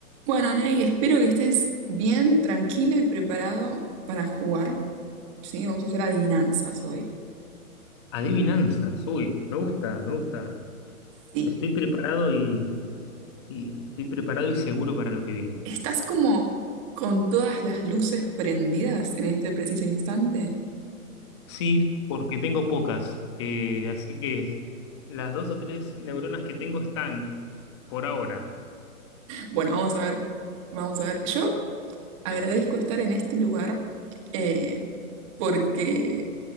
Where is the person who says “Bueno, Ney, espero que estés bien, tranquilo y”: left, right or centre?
Right